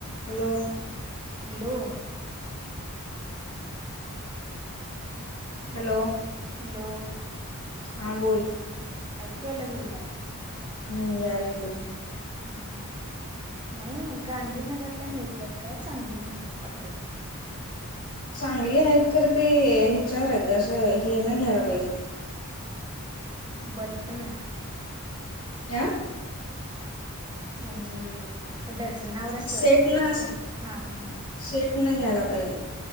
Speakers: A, on the left; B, on the right.
A: <inaudible> Hello
B: hello! !
A: Hello
B: hello
A: हा बोल
B: ऐकू यायला लागलंय काय?
A: हमं यायलय बोल
B: हमं नाही गांधीनगरला मिळतात काय चांगली म्हटलो कपडे?
A: चांगले आहेत खरं ते ह्याच्यावर आहेत ग असं हेन घ्यायला पाहिजेत
B: बल कयान
A: आ
B: म्हणजे डझनावर असं
A: सेट न
B: असं हा हा
A: सेट न घ्यायला पाहिजे